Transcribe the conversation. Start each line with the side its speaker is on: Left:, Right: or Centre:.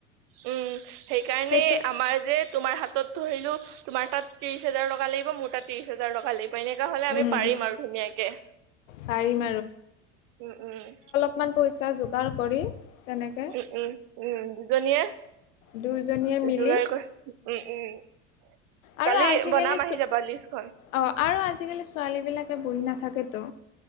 Right: উম' সেইকাৰণে
Left: সেইটো
Right: আমাৰ যে- তোমাৰ হাতত ধৰিলো তোমাৰ তাত ত্ৰিশ হাজাৰ টকা লাগিব মোৰ তাত ত্ৰিশ হাজাৰ টকা লাগিব। উপাই নাইকা হলে আমি
Left: উম
Right: পাৰিম আৰু ধুনীয়াকে।
Left: পাৰিম
Right: উম' উম'।
Left: কিমান পইচা যোগাৰ কৰি তেনেকে-
Right: উম উম' উম' দুজনীয়ে
Left: দুয়োজনীয়ে মিলি
Right: যোগাৰ কৰি- উম উম।
Left: আৰু
Right: কালি
Left: আজিকালি
Right: বনাম আহি
Left: ছো
Right: যাবা লিষ্টখন
Left: অঁ আৰু আজিকালি ছোৱালী বিলাকে বহি নাথাকেতো।